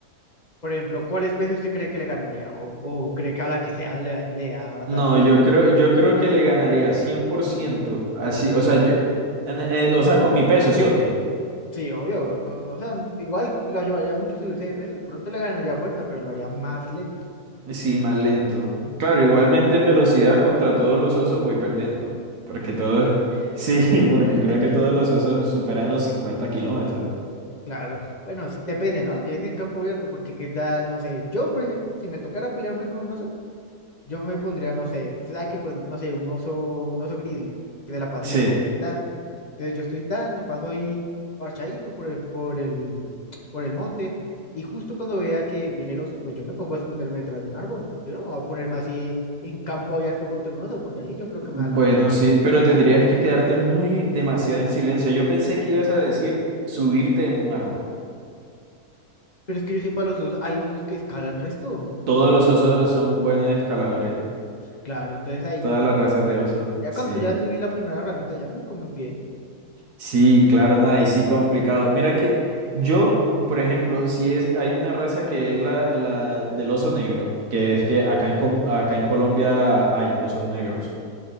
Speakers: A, on the left; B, on the right.
A: Por ejemplo, ¿cuál especie usted cree que le ganaría? ¿O, o cree que a la que sea le, le da batalla?
B: No, yo creo, yo creo que le ganaría 100%, así, o sea, yo, en- eh, o sea, con mi peso, ¿sí o qué?
A: Sí, obvio, no, no, o sea, igual lo ayudaría mucho subirse de peso, de pronto le ganaría fuerza, pero lo haría más lento.
B: Sí, más lento. Claro, igualmente en velocidad contra todos los osos voy perdiendo, porque todos, sí, <laughs> porque
A: <laughs>
B: creo que todos los osos superan los 50 kilómetros.
A: Claro, bueno, sí, depende, ¿no? Si es en campo abierto, porque qué tal, no sé, yo, por ejemplo, si me tocara pelearme con un oso, Yo me pondría, no sé, usted sabe que pues, no sé, un oso, un oso grizzly, que se la pasa
B: Sí,
A: en el bosque, tan. Entonces yo estoy tan, me paso ahí parchadito por el, por el, por el monte, y justo cuando vea que viene el oso, pues yo me pongo a esconderme detrás de un árbol. Yo no me voy a ponerme así en campo abierto contra un oso, porque ahí sí yo creo
B: bueno,
A: que me da la pena.
B: sí, pero tendrías que quedarte muy demasiado en silencio. Yo pensé que ibas a decir subirte en un árbol.
A: Pero es que yo sepa, los osos, hay osos que escalan resto.
B: Todos los osos son buenos escaladores.
A: Claro, entonces ahí
B: Todas
A: no.
B: las razas de osos.
A: Ya
B: Sí.
A: cuando ya Sí. subí la primera ramita, ya me comí un pie.
B: Sí, claro, nada, y sí complicado. Mira que yo, por ejemplo, si es, hay una raza que es la, la del oso negro, que es que acá en, Com- acá en Colombia hay osos negros.